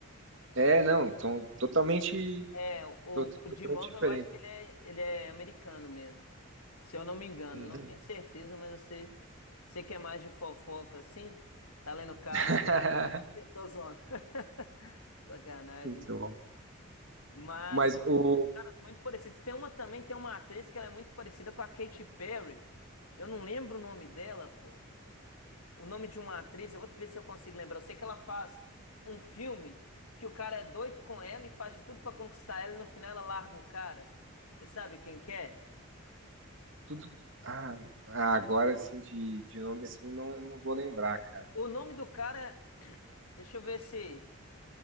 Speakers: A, on the right; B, on the left.
A: é, não, então, totalmente,
B: É, o, o
A: to- totalmente
B: Jim Morgan,
A: diferente.
B: eu acho que ele é, ele é americano mesmo. Se eu não me engano,
A: Uhum.
B: eu não tenho certeza, mas você, você que é mais de fofoca assim, tá lendo caras
A: <laughs>
B: aí todo dia? Tô zoando. <laughs> Sacanagem,
A: Muito
B: né?
A: bom.
B: Mas
A: Mas o,
B: tem uns caras muito parecidos. Tem uma também, tem uma atriz que ela é muito parecida com a Katy Perry. Eu não lembro o nome dela, pô o nome de uma atriz, eu vou ver se eu consigo lembrar. Eu sei que ela faz um filme que o cara é doido com ela e faz de tudo pra conquistar ela e no final ela larga o cara. Você sabe quem que é?
A: tudo, ah, ah, agora, assim, de, de nome, assim, não, não vou lembrar, cara.
B: O nome do cara, <clears throat> deixa eu ver se